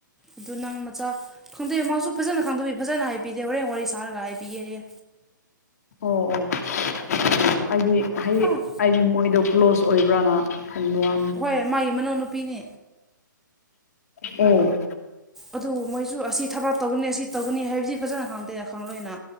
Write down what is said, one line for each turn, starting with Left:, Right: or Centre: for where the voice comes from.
Centre: ꯑꯗꯨ ꯅꯪ ꯃꯆꯥ ꯈꯪꯗꯣꯛꯑ ꯃꯥꯁꯨ ꯐꯖꯅ ꯈꯪꯗꯣꯛꯄꯤ ꯐꯖꯅ ꯍꯥꯏꯕꯤꯗꯦ ꯍꯣꯔꯦꯟ ꯋꯥꯔꯤ ꯁꯥꯔꯒ ꯍꯥꯏꯕꯤꯌꯦꯍ
Left: ꯑꯣ ꯑꯣ ꯑꯣ ꯑꯩꯗꯤ ꯍꯥꯏꯗꯤ
Centre: ꯑꯥ
Left: ꯍꯥꯏꯗꯤ ꯃꯣꯏꯗꯣ ꯀ꯭ꯂꯣꯖ ꯑꯣꯏꯕ꯭ꯔꯅ ꯈꯟꯕ ꯋꯥ
Centre: ꯍꯣꯏ ꯃꯥꯒꯤ ꯃꯅꯥꯎꯅꯨꯄꯤꯅꯦ
Left: ꯎꯝ
Centre: ꯑꯗꯨ ꯃꯣꯏꯁꯨ ꯑꯁꯤ ꯊꯕꯥꯛ ꯇꯧꯒꯅꯤ ꯑꯁꯤ ꯇꯧꯒꯅꯤ ꯍꯥꯏꯕꯗꯤ ꯐꯖꯅ ꯈꯪꯗꯦꯅ ꯈꯪꯣꯏꯅ